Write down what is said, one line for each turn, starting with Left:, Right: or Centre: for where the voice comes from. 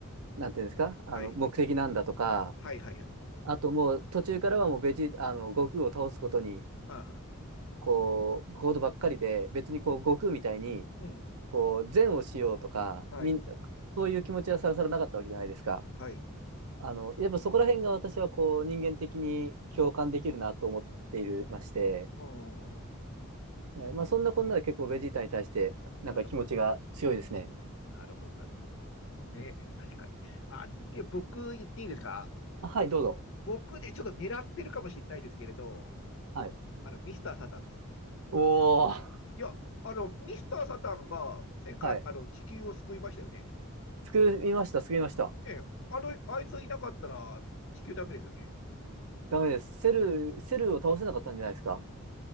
Right: なんていうんですか、あの、
Left: はい。
Right: 目的なんだとか、
Left: はい、はい、はい。
Right: あともう途中からはもうベジータ、あの、悟空を倒すことに、
Left: あ
Right: こう、ことばっかりで、別にこう、
Left: ーうん。
Right: 悟空みたいに、
Left: うん。
Right: こう、善をしようとか、
Left: はい。
Right: みんな、そういう気持ちはさらさらなかったわけじゃないですか。
Left: はい。
Right: あの、やっぱそこら辺が私はこう人間的に共感できるなと思っているまして、
Left: うん。おー、
Right: えーまあそんなこんなで結構ベジータに対してなんか気持ちが強いですね。
Left: なるほど。なるほど、なるほど。ね、確かに。あ、で、僕言っていいですか
Right: あ、はい、どうぞ。
Left: 僕ね、ちょっと狙ってるかもしれないですけれど、
Right: はい。
Left: あの、ミスター・サタンです。
Right: おー、
Left: いや、あの、ミスター・サタンが世界、
Right: はい。
Left: あの、地球を救いましたよね。
Right: 救いました、救いました。
Left: ね、あの、あいついなかったら地球ダメですよね。
Right: ダメです。セル、セルを倒せなかったんじゃないですか